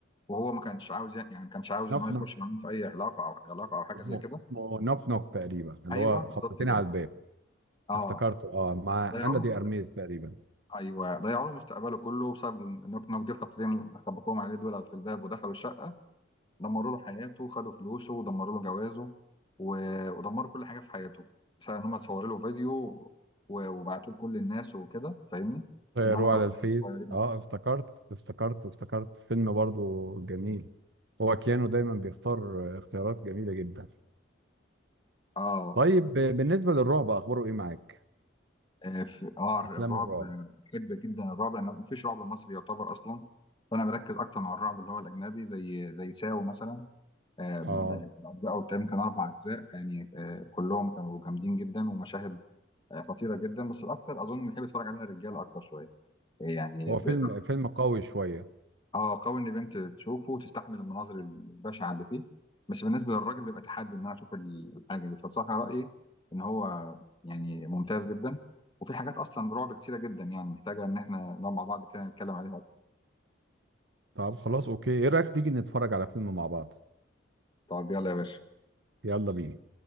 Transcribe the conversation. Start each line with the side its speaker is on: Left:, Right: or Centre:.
Left: وهو ما كانش عاوز يعني يعني ما كانش عاوز
Right: نوك
Left: ان هو يخش
Right: نوك
Left: معاهم في اي علاقه او علاقه او حاجه
Right: اسمه
Left: زي كده
Right: اسمه نوك نوك تقريبا اللي
Left: ايوه
Right: هو
Left: بالظبط
Right: خبطتين
Left: كده
Right: على الباب
Left: اه
Right: افتكرته اه مع
Left: ضيعوا
Right: انا دي ارميز
Left: له
Right: تقريبا
Left: ايوه ضيعوا له مستقبله كله بسبب النوك نوك دي الخبطتين اللي خبطوهم عليه دول في الباب ودخلوا الشقه دمروا له حياته خدوا فلوسه ودمروا له جوازه و- ودمروا كل حاجه في حياته بسبب ان هم اتصوروا له فيديو و- وبعتوه لكل الناس وكده فاهمني
Right: طيروا
Left: ان هم طبعا
Right: على الفيس
Left: لسه صغيرين
Right: اه
Left: وكده.
Right: افتكرت افتكرت افتكرت فيلم برضو جميل هو كيانو دايما بيختار اختيارات جميله جدا
Left: اه
Right: طيب بالنسبه للرعب اخباره ايه معاك
Left: آه، في- اه الرعب
Right: افلام الرعب
Left: آه، بحب جدا الرعب لان مفيش رعب مصري يعتبر اصلا فانا بركز اكتر مع الرعب اللي هو الاجنبي زي زي ساو مثلا آم،
Right: اه
Left: أجزاء قدام كان أربع أجزاء يعني آه، كلهم كانوا جامدين جدا ومشاهد آه، خطيرة جدا بس الأكتر أظن بيحب يتفرج عليها الرجالة أكتر شوية يعني
Right: هو
Left: ب-
Right: فيلم فيلم قوي شوية
Left: آه قوي إن بنت تشوفه وتستحمل المناظر البشعة اللي فيه بس بالنسبة للراجل بيبقى تحدي إن أنا أشوف ال- الحاجة دي فبصراحة رأيي إن هو يعني ممتاز جدا وفي حاجات أصلا رعب كتيرة جدا يعني محتاجة إن إحنا نقعد مع بعض كده نتكلم عليها أكتر
Right: طب خلاص اوكي ايه رأيك تيجي نتفرج على فيلم مع بعض
Left: طب يلا يا باشا
Right: يلا بينا